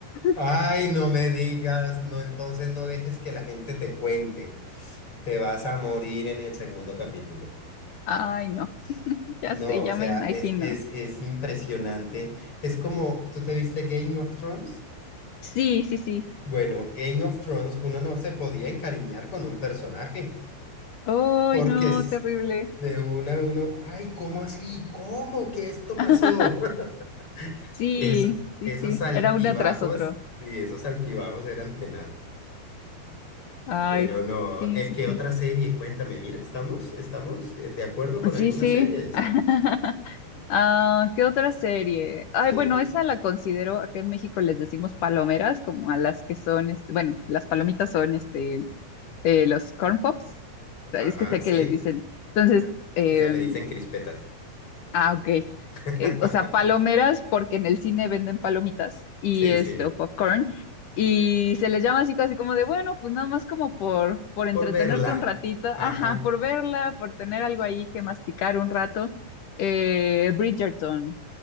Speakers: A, on the left (about 35°); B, on the left (about 65°).
A: Ay,
B: no.
A: no me digas, no, entonces no dejes que la gente te cuente. Te vas a morir en el segundo capítulo.
B: Ay, no. Ya
A: No,
B: sé, ya
A: o sea,
B: me imagino.
A: es, es, es impresionante. Es como, ¿tú te viste Game of Thrones?
B: Sí, sí, sí.
A: Bueno, Game of Thrones, uno no se podía encariñar con un personaje,
B: ¡Ay,
A: porque
B: no!
A: es
B: Terrible.
A: de uno a uno, ay, ¿cómo así? ¿Cómo que esto pasó?
B: <laughs>
A: <laughs>
B: Sí,
A: Es,
B: sí,
A: esos
B: sí.
A: altibajos,
B: Era uno tras otro.
A: sí, esos altibajos eran tenaz.
B: Ay,
A: Pero no,
B: sí,
A: eh,
B: sí,
A: ¿qué
B: sí.
A: otra serie? Cuéntame, mira, estamos, estamos eh, de acuerdo con
B: Sí,
A: algunas
B: sí.
A: series.
B: <laughs> Ah, ¿qué otra serie? Ay,
A: Sí,
B: bueno, esa la considero, acá en México les decimos palomeras, como a las que son, este, bueno, las palomitas son este, eh, los corn pops. O
A: ajá,
B: sea, Es que sé
A: sí.
B: que les dicen. Entonces,
A: Ah,
B: em,
A: Quizá le dicen crispetas.
B: Ah, ok.
A: <laughs>
B: Eh, o sea, palomeras porque en el cine venden palomitas y
A: Sí,
B: este,
A: sí.
B: o popcorn. Y se les llama así casi como de, bueno, pues nada más como por, por
A: Por
B: entretenerte
A: verla.
B: un ratito,
A: Ajá.
B: ajá, por verla, por tener algo ahí que masticar un rato. Eh, Bridgerton.